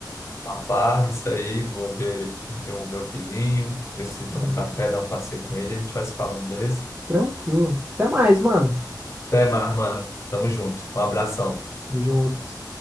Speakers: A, on the left (about 40°); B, on the right (about 20°).
A: Uma barra, isso aí, vou ver eu, meu filhinho, ver se ele
B: Hum,
A: toma um café, dar um passeio com ele, a gente vai se falando, beleza?
B: Tranquilo. Até mais, mano.
A: Até mais, mano. Tamo junto. Um abração.
B: Tamo junto.